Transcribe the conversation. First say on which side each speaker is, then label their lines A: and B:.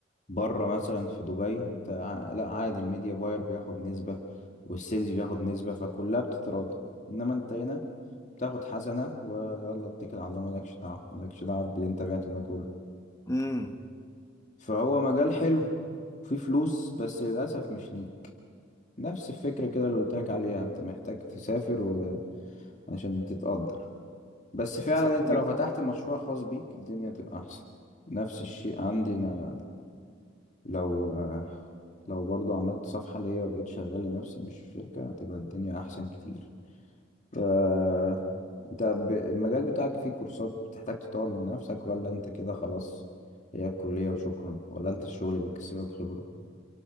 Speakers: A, on the left; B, on the left.
A: بره مثلا في دبي انت ع- لا عادي الميديا باير بياخد نسبة والسيلز بياخد نسبة فكلها بتتراضى انما انت هنا بتاخد حسنة ويلا اتكل على الله مالكش دعوة مالكش دعوة باللي انت بعته ده كله
B: امم
A: فهو مجال حلو فيه فلوس بس للأسف مش ليك نفس الفكرة كده اللي قلتلك عليها انت محتاج تسافر و... عشان تتقدر بس فعلا
B: صح
A: انت
B: جدا
A: لو فتحت مشروع خاص بيك الدنيا تبقى أحسن نفس الشيء عندي أنا لو آه، لو برضو عملت صفحة ليا وبقيت شغال لنفسي مش في شركة هتبقى الدنيا أحسن كتير آه... انت ب... المجال بتاعك فيه كورسات بتحتاج تطور من نفسك ولا انت كده خلاص هي الكلية وشكرا ولا انت الشغل بيكسبك خبرة